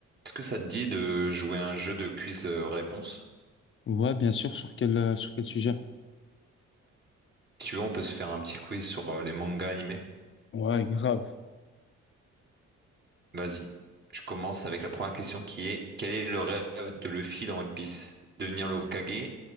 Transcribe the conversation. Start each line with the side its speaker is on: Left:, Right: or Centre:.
Right: Est-ce que ça te dit de jouer à un jeu de quiz euh, réponse?
Left: Ouais, bien sûr. Sur quel, euh, sur quel sujet?
Right: Si tu veux, on peut se faire un petit quiz sur euh, les mangas animés.
Left: Ouais, grave.
Right: Vas-y. Je commence avec la première question qui est quel est le rêve de Luffy dans One Piece? Devenir le Hokage,